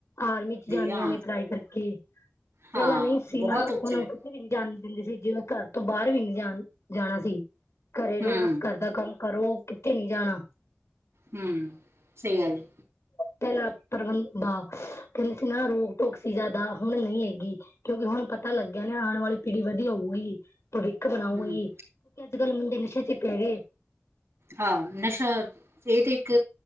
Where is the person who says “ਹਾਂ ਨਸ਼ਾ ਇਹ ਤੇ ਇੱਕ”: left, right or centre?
Right